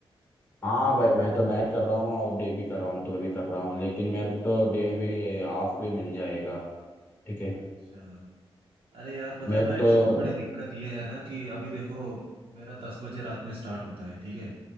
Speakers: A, on the left; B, on the right.
A: हाँ भाई मैं तो नाइट कर रहा हूँ और डे भी कर रहा हूँ दो भी कर रहा हूँ लेकिन मेरे को तो डे भी ऑफ भी मिल जाएगा ठीक है
B: अच्छा अरे यार पता
A: मेरे
B: है नाइट
A: को तो
B: शिफ्ट में बड़ी दिक्कत ये है ना कि अभी देखो मेरा दस बजे रात में स्टार्ट होता है ठीक है